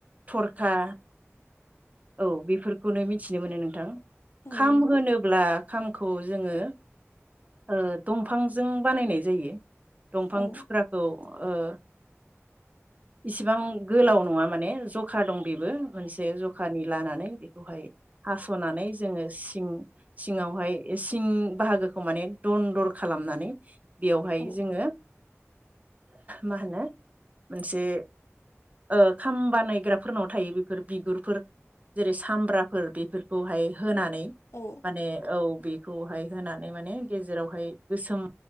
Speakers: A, on the right; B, on the left.
A: थरखा औ बेफोरखौनो मिथिनो मोनो नोंथां।
B: औ
A: खाम
B: नंगौ
A: होनोब्ला खामखौ जोङो ओ दंफांजों बानायनाय जायो। दंफां
B: औ
A: थुख्राखौ ओ इसिबां गोलाव नङा माने जखा दं बेबो मोनसे जखानि लानानै बेखौहाय हास'नानै जोङो सिं सिङावहाय सिं बाहागोखौ माने दन दर खालामनानै बेवहाय
B: औ
A: जोङो मा होनो मोनसे ओ खाम बानायग्रा फोरनाव थायो बेफोर बिगुरफोर जेरै सामब्राफोर बेफोरखौहाय होनानै
B: औ
A: माने औ। बेखौहाय होनानै माने गेजेरावहाय गोसोम